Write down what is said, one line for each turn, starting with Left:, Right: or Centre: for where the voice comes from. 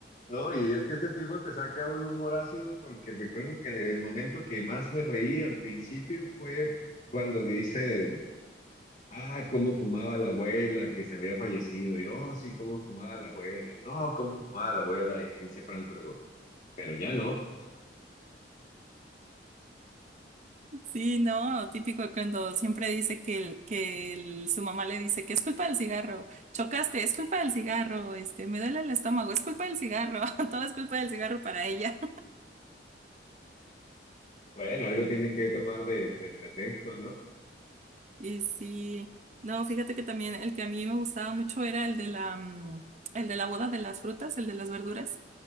Left: No, y es que este tipo te saca un humor ácido porque recuerdo que el momento que más me reí al principio fue cuando dice, ah, cómo fumaba la abuela, que se había fallecido, y oh, sí, cómo fumaba la abuela, no, cómo fumaba la abuela, y dice Franco luego, pero ya no.
Right: Sí, no, típico cuando siempre dice que, el, que el- su mamá le dice que es culpa del cigarro, chocaste, es culpa del cigarro, este, me duele el estómago, es culpa del cigarro, <laughs> todo es culpa del cigarro para ella.
Left: Bueno, algo tienen que tomar de, de pretexto, ¿no?
Right: Y sí, no, fíjate que también el que a mí me gustaba mucho era el de la, mm, el de la boda de las frutas, el de las verduras.